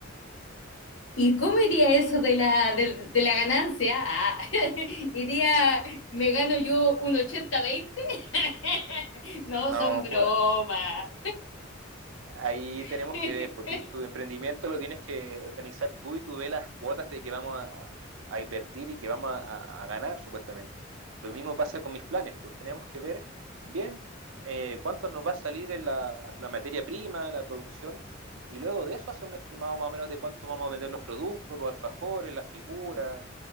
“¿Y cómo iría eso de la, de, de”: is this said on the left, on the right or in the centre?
Left